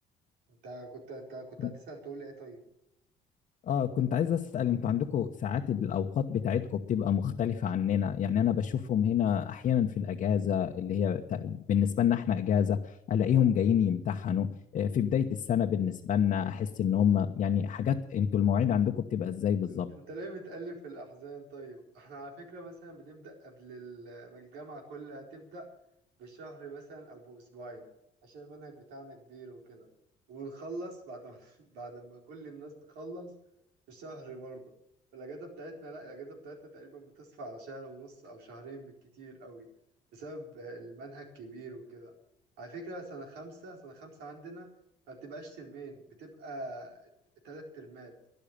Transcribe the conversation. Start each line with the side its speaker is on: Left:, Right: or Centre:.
Right: انت كنت انت كنت
Left: كنت-
Right: هتسأل تقول ايه طيب
Left: اه كنت عايز اسال انتوا عندكم ساعات الاوقات بتاعتكم بتبقى مختلفه عننا يعني انا بشوفهم هنا احيانا في الاجازه اللي هي تق- بالنسبه لنا احنا اجازه الاقيهم جايين يمتحنوا آه، في بدايه السنه بالنسبه لنا احس ان هم يعني حاجات انتوا المواعيد عندكم بتبقى ازاي بالظبط
Right: انت انت ليه بتقلب في الاحزان طيب احنا على فكره مثلا بنبدا قبل ال- ما الجامعه كلها تبدا بشهر مثلا او باسبوعين عشان المنهج بتاعنا كبير وكده ونخلص بعد ما <laughs> بعد ما كل الناس تخلص بشهر برضه الاجازه بتاعتنا لا الاجازه بتاعتنا تقريبا بتصفى على شهر ونص او شهرين بالكتير قوي بسبب المنهج كبير وكده على فكره سنه خمسه سنه خمسه عندنا ما بتبقاش ترمين بتبقى تلات ترمات